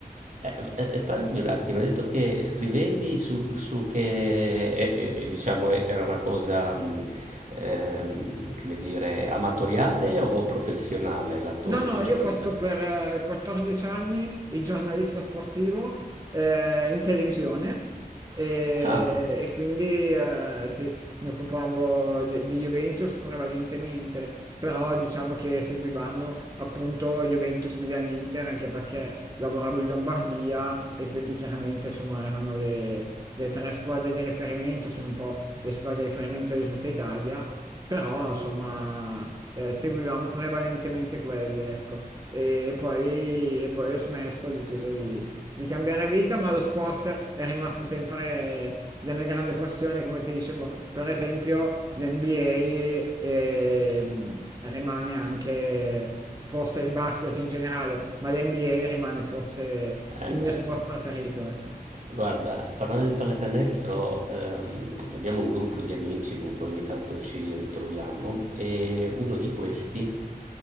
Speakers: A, on the right; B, on the right.
A: Eh, eh, eh, parlami un attimo, hai detto che scrivevi su, su che eh, eh, diciamo eh, era una cosa, mh, ehm, come dire, amatoriale o professionale la tua
B: No, no,
A: come
B: io
A: giornalista
B: ho fatto
A: sportivo?
B: per eh, 14 anni il giornalista sportivo eh, in televisione e,
A: Ah,
B: e quindi eh, sì, mi occupavo de- di Juventus prevalentemente, però diciamo che seguivamo appunto Juventus Milan Inter anche perché lavoravo in Lombardia e quindi chiaramente insomma erano le, le tre squadre di riferimento, sono un po' le squadre di riferimento di tutta Italia. Però insomma eh, seguivamo prevalentemente quelle, ecco. E poi, e poi ho smesso, ho deciso di, di cambiare vita, ma lo sport è rimasto sempre la mia grande passione, come ti dicevo. Per esempio, l'NBA ehm, rimane anche, forse il basket in generale, ma l'NBA rimane forse
A: Eh
B: il mio
A: beh,
B: sport preferito, ecco.
A: guarda, parlando di pallacanestro, ehm, abbiamo un gruppo di amici con cui ogni tanto ci ritroviamo e uno di questi,